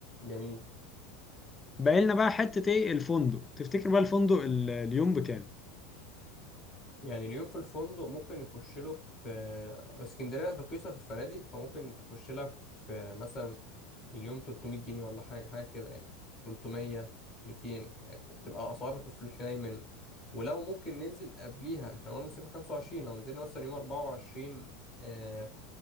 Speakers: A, on the left; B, on the left.
A: جميل
B: باقي لنا بقى حتة ايه الفندق تفتكر بقى الفندق ال- اليوم بكام
A: يعني اليوم في الفندق ممكن يخش له في آه، اسكندرية رخيصة في الفنادق فممكن تخش لك في مثلا اليوم 300 جنيه ولا حاجة حاجة كده يعني 300 200 تبقى أسعار في الحنين منه ولو ممكن ننزل قبليها احنا قلنا صفر 25 لو نزلنا مثلا يوم 24 آه